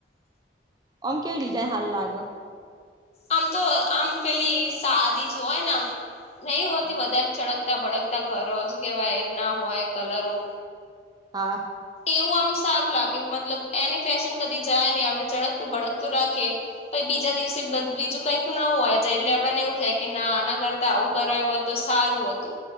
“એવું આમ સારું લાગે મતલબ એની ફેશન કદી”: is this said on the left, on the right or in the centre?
Left